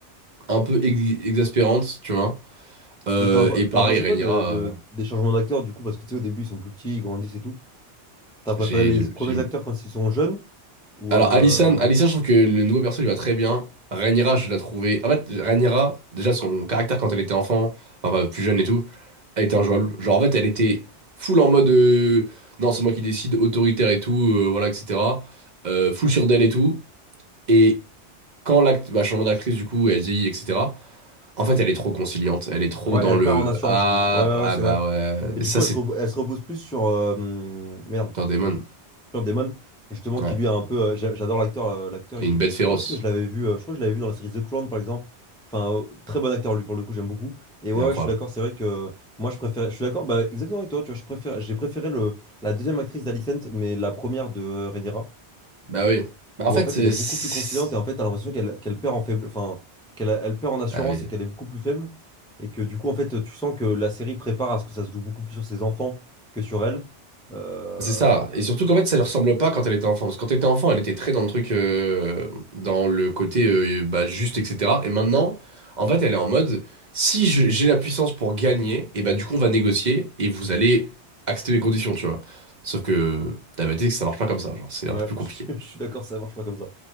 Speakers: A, on the right; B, in the centre.
A: un peu ex- exaspérante, tu vois. Euh,
B: Et t'en as pe-
A: et pareil,
B: t'en as pensé
A: Rhaenyra,
B: quoi de, de-
A: euh,
B: des changements d'acteurs du coup? Parce que tu sais, au début, ils sont plus petits, ils grandissent et tout. T'as préféré
A: j'ai
B: les
A: j'ai-
B: premiers
A: j'ai-
B: acteurs quand ils sont jeunes? Ou.
A: Alors,
B: euh,
A: Alisson, Alisson, je trouve que le nouveau perso il va très bien. Rhaenyra, je l'ai trouvé. En fait, Rhaenyra, déjà son caractère quand elle était enfant, enfin bah, plus jeune et tout, elle était injouable. Genre, en fait, elle était full en mode euh, non, c'est moi qui décide, autoritaire et tout, euh, voilà, etc. Euh, full sur d'elle et tout. Et quand l'acte, bah, changement d'actrice, du coup, elle vieillit, etc. En fait, elle est trop conciliante. Elle est trop
B: Ouais,
A: dans
B: elle
A: le
B: perd en assurance,
A: ah,
B: je trouve. Ouais, ouais,
A: ah
B: ouais, c'est
A: bah
B: vrai.
A: ouais.
B: Et
A: Et
B: du
A: ça,
B: coup,
A: c'est
B: elle se, repose elle se repose plus sur. euh, hum, Merde.
A: un démon.
B: Matt Damon, justement,
A: Ouais.
B: qui lui a un peu. euh, j'a- j'adore l'acteur, euh, l'acteur.
A: Et
B: il-
A: une bête féroce.
B: Où est-ce que je l'avais vu? euh, Je crois que je l'avais vu dans la série The Crown, par exemple. Enfin, euh, très bon acteur, lui, pour le coup, j'aime beaucoup. Et ouais,
A: C'est incroyable.
B: ouais, je suis d'accord, c'est vrai que euh, moi, je préfère. Je suis d'accord, bah, exactement avec toi, tu vois, je préfère, j'ai préféré le, la deuxième actrice d'Alicent, mais la première de euh, Rhaenyra,
A: Bah oui. Bah,
B: où
A: en fait,
B: en fait,
A: c'est.
B: elle est beaucoup
A: c'est-
B: plus conciliante et en fait, t'as l'impression qu'elle qu'elle perd en faible. Enfin, qu'elle elle perd en assurance
A: Ah oui.
B: et qu'elle est beaucoup plus faible. Et que du coup, en fait, tu sens que la série prépare à ce que ça se joue beaucoup plus sur ses enfants que sur elle. Euh,
A: C'est ça. Et surtout qu'en fait, ça lui ressemble pas quand elle était enfant. Parce que quand elle était enfant, elle était très dans le truc, euh, dans le côté euh, bah, juste, etc. Et maintenant, en fait, elle est en mode, si je- j'ai la puissance pour gagner, et bah du coup, on va négocier et vous allez accepter mes conditions, tu vois. Sauf que t'as bien dit que ça marche pas comme ça. Genre, c'est
B: Ouais,
A: un peu plus compliqué.
B: <laughs> je, suis d'accord, ça marche pas comme ça.